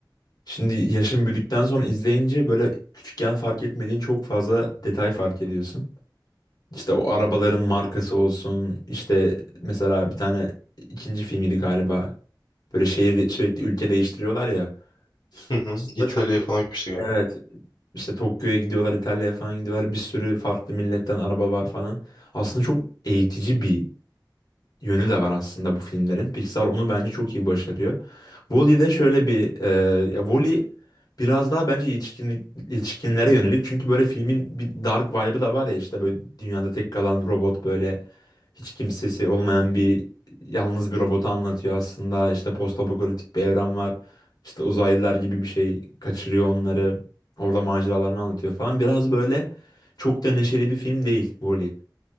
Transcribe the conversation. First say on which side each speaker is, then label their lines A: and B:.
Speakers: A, on the left (about 50°); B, on the left (about 75°).
A: Şimdi yaşın büyüdükten sonra izleyince böyle küçükken fark etmediğin çok fazla detay fark ediyorsun. İşte o arabaların markası olsun. işte mesela bir tane ikinci filmiydi galiba. Böyle şehir sürekli ülke değiştiriyorlar ya.
B: Hı hı.
A: Aslında
B: İtalya'ya
A: çocuk
B: falan gitmiştik galiba.
A: Evet işte Tokyo'ya gidiyorlar, İtalya'ya falan gidiyorlar. Bir sürü farklı milletten araba var falan. Aslında çok eğitici bir yönü de var aslında bu filmlerin. Pixar onu bence çok iyi başarıyor. Wall-E'de şöyle bir e, ya Wall-E biraz daha bence yetişkin, yetişkinlere yönelik. Çünkü böyle filmin bir dark vibe'ı da var ya işte böyle dünyada tek kalan robot böyle hiç kimsesi olmayan bir yalnız bir robotu anlatıyor aslında. İşte postapokaliptik bir evren var. İşte uzaylılar gibi bir şey kaçırıyor onları. Orada maceralarını anlatıyor falan. Biraz böyle çok da neşeli bir film değil Wall-E.